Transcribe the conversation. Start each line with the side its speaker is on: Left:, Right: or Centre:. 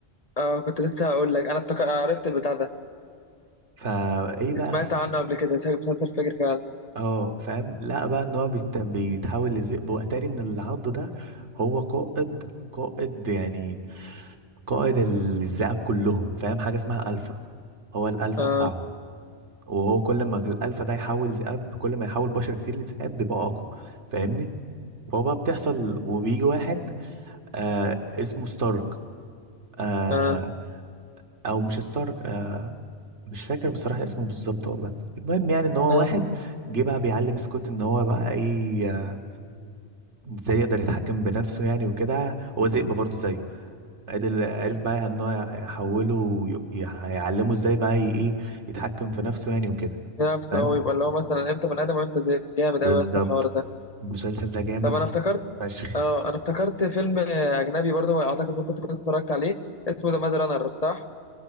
Left: أه كنت لسه هقول لك أنا افتكر عرفت البتاع ده
Right: فايه بقى
Left: سمعت
Right: ف-
Left: عنه قبل كده شكل مسلسل فجر فعلا
Right: اه فاهم لقى بقى ان هو بيت... بيتحول لذئب واتاري ان اللي عضه ده هو قائد قائد يعني قائد الذئاب كلهم فاهم حاجه اسمها الفا هو الالفا
Left: أه
Right: بتاعهم وهو كل ما الالفا ده يحول ذئاب كل ما يحول بشر كتير لذئاب بيبقى اقوى فاهمني فهو بقى بتحصل وبيجي واحد آه اسمه ستارك آه
Left: أه
Right: او مش ستارك آه، مش فاكر بصراحة اسمه بالظبط والله المهم يعني ان هو
Left: أه
Right: واحد جه بقى بيعلم سكوت ان هو بقى ايه آه، ازاي يقدر يتحكم بنفسه يعني وكده هو ذئب برضه زيه عدل عرف بقى ان هو يحوله وي- يعلمه ازاي بقى ي- ايه يتحكم في نفسه يعني وكده
Left: نفسه
Right: فاهم
Left: أوي يبقى اللي هو مثلا إمتى بني آدم وإمتى ذئب جامد
Right: بالظبط
Left: أوي يا اسطى الحوار ده
Right: المسلسل ده جامد
Left: طب أنا افتكرت
Right: فشخ
Left: أه أنا افتكرت فيلم أجنبي برضه أعتقد إنك كنت كنت اتفرجت عليه اسمه ذا ماز رانر صح؟